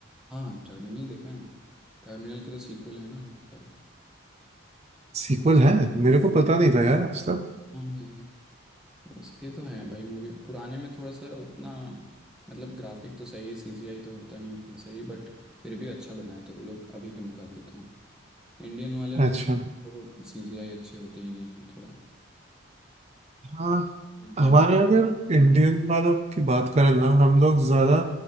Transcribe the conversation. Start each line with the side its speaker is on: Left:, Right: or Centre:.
Centre: हाँ टर्मिनल देखा है ना टर्मिनल के तो सीक्वल है ना बहुत सारे
Right: सीक्वल है मेरे को पता नहीं था यार आज तक
Centre: हाँ उसके तो हैं भाई मूवी पुराने में थोड़ा सा उतना मतलब ग्राफिक तो सही है सीजीआई तो होता नहीं उतना सही बट फिर भी अच्छा बनाए थे वो लोग अभी के मुकाबले तो हाँ इंडियन वाले मूवी
Right: अच्छा
Centre: को सीजीआई अच्छे होते ही नहीं है थोड़ा
Right: हाँ
Centre: ये ड्रॉबैक
Right: हमारे अगर इंडियन वालों की बात करें ना हम लोग ज़्यादा